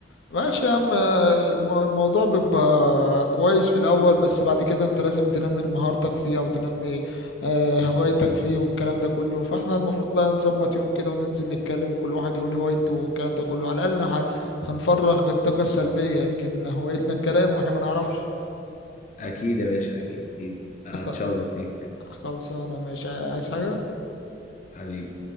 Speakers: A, on the left; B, on the left.
A: ماشي يا عم آه، الم- الموضوع بيبقى كويس في الاول بس بعد كده انت لازم تنمي مهارتك فيه او تنمي آه، هوايتك فيه والكلام ده كله فاحنا المفروض بقى نظبط يوم كده وننزل نتكلم وكل واحد يقول هوايته والكلام ده كله على الاقل ه- هنفرغ الطاقة السلبية يمكن هوايتنا الكلام واحنا ما نعرفش
B: اكيد يا باشا اكيد هتشرف
A: خ-
B: بيك
A: خلصانة ماشي عايز حاجة
B: حبيبي